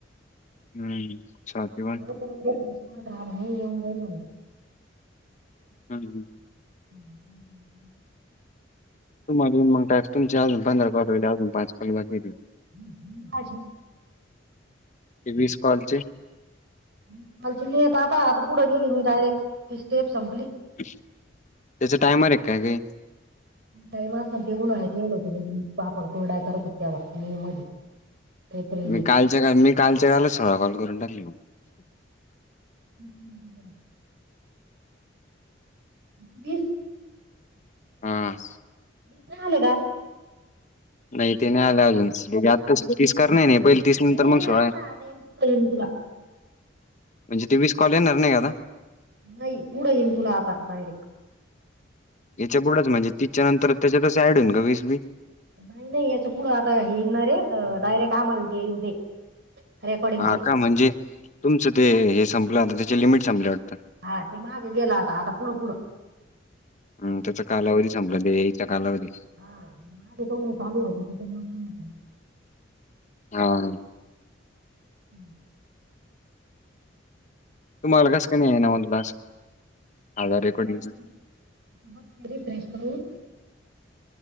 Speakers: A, on the left; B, on the right.
A: हम्म, स्वाती कोन?
B: त प्रश्ात राहाणे येऊन जाईन म्हणे <inaudible>
A: हम्म हम्म.
B: ह् ह ह <unintelligible>
A: तुम्हाला येईल मग टास्क. तुमचे अजून पंधरा कॉल राहिले. अजून पाच कॉल बाकीय ते.
B: <inaudible> माझे.
A: ते वीस कॉलचे.
B: वीस कॉल चे नही येत आता. आता पुढे गेली मी डायरेक्ट. ती स्टेप संपली.
A: त्याचा टायमरे काय काही?
B: टाईम असन ते उन्हाळ्यात येयल होते. लगेली मी पापड कुरडया करत होते तेव्हा. मे मध्ये. एप्रिल
A: मी
B: मे
A: कालच्या काल, मी कालच्या कालच सोळा कॉल करून टाकले म.
B: ह् हम्! <unintelligible> <inaudible>
A: हा.
B: तुला आले का?
A: नाही ते नाही आले अजून. तेचे आताशी तीस करनयने
B: नाही
A: हे.
B: नाही
A: पहिले तीस
B: ते
A: नंतर
B: नाही
A: मग
B: येणार
A: सोळाय.
B: आता आता याच्या पुढे येईल तुला
A: म्हणज ते वीस कॉल येणार नाही का आता?
B: नाही. पुढ येईन तुला आता डायरेक्ट.
A: याच्या पुुढंच म्हणजे तिसच्या नंतर. त्याच्यात ऑड होईन का वीस बी?
B: नाही नाही याच्या पुढं आता हे यईन णारे डायरेक्ट आम्हाला जे येईन ते. रेकॉर्डिंगचे
A: हा का? म्हणजे तुमचं ते हे संपलं आता. त्याचे लिमिट संपल्या वाटतं.
B: हा ते मागं गेला आता. आता पुढ पुढ.
A: हम्म. त्याचा कालावधी संपला. ते यईचा कालावधी.
B: हा. माझे दोन चालू होते. त्याच्यामुळच मी <inaudible>
A: हा ह.
B: <inaudible>
A: तुम्हाला कसं काय नाही यईना मग टास्क? आधार रेकॉर्डिंगच
B: काय म्हणतीस, बघ की रिफ्रेश करून.